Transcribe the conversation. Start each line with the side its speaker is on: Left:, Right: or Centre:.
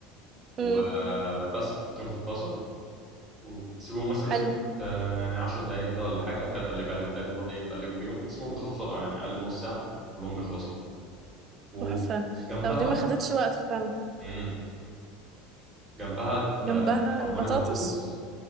Centre: وبس
Right: مم.
Centre: تحطيهم في الطاسة وتسيبهم مثلا
Right: حلو
Centre: سكة آه، يعني 10 دقايق كده ولا حاجة كده تقلب عليهم تاني تقعدي تقلبي فيهم بس هم بيخلصوا بسرعة يعني أقل من نص ساعة كلهم بيخلصوا وجنبها
Right: تحفة طب دي ما خدتش وقت فعلا
Centre: مم. جنبها ت-
Right: جنبها
Centre: تحمري
Right: البطاطس
Centre: بطاطس